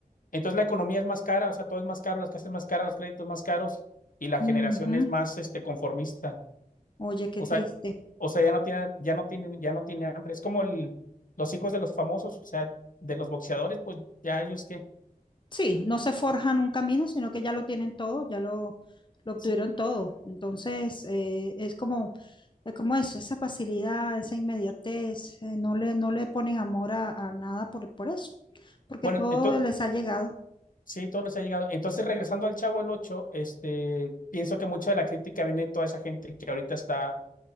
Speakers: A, on the left (about 65°); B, on the left (about 30°).
A: entonces la economía es más cara, o sea, todo es más caro, las casas más caras, los créditos más caros, y la
B: Ujú.
A: generación es más este, conformista.
B: Oye, qué
A: O
B: triste.
A: sea, o sea, ya no tiene, ya no tiene, ya no tiene hambre. Es como el- los hijos de los famosos, o sea, de los boxeadores, pues ya ellos que
B: Sí, no se forjan un camino, sino que ya lo tienen todo, ya lo, lo obtuvieron
A: Sí.
B: todo. Entonces, eh, es como, es como eso, esa facilidad, esa inmediatez, eh, no le, no le ponen amor a, a nada por, por eso, porque
A: Bueno,
B: todo
A: entonces,
B: les ha llegado.
A: sí, todos les ha llegado. Entonces, regresando al Chavo el 8 este, pienso que mucho de la crítica viene de toda esa gente que ahorita está